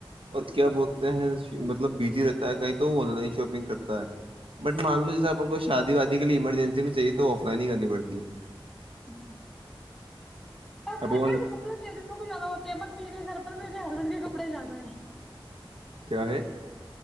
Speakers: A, on the right; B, in the centre.
A: اور کیا بولتے ہیں مطلب بزی رہتا ہے کہیں تو آن لائن شاپنگ کرتا ہے بٹ مان لو جیس آپ کو شادی وادی کے لیے ایمرجنسی میں چیے تو آف لائن ہی کرنی پڑتی ج <unintelligible>
B: بھی <unintelligible> بپ
A: اب
B: ک
A: وہ
B: <unintelligible> زیادہ ہوتے ہیں پر میرے گھر پر میرے ہسبینڈ کے کپڑے زیادہ ہے
A: کیا ہے